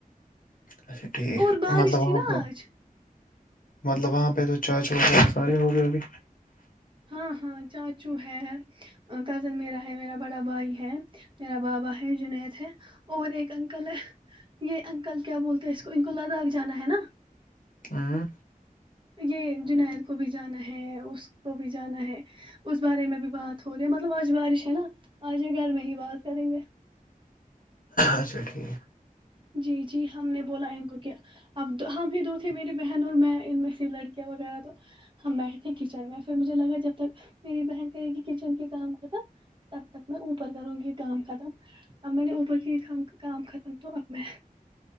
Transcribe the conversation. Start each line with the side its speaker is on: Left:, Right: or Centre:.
Left: اچھا ٹھیک
Right: اور بارش
Left: مطلب وہاں
Right: تھی نا
Left: پہ
Right: آج
Left: مطلب وہاں پہ تو چاچو سارے ہو گئے ابھی
Right: ہاں ہاں چاچو ہے کزن میرا ہے میرا بڑا بھائی ہے میرا بابا ہے جنید ہے اور ایک انکل ہے یہ انکل کیا بولتے ہیں اس کو ان کو لداخ جانا ہے نا
Left: ہوں
Right: یہ جنید کو بھی جانا ہے اس کو بھی جانا ہے اس بارے میں بھی بات ہو رہی ہے مطلب آج بارش ہے نا آج گھر میں ہی بات کریں گے
Left: اچھا ٹھیک
Right: جی جی ہم نے بولا ان کو کے اب تو ہم بھی دو تھے میری بہن اور میں ان میں سے لڑکیاں وغیرہ تو ہم بیٹھے تھے کچن میں پھر مجھے لگا جب تک میری بہن کہے گی کچن کے کام کر تھا تب تک میں اوپر کروں گی کام ختم اب میں نے اوپر کی کام ختم تو اب میں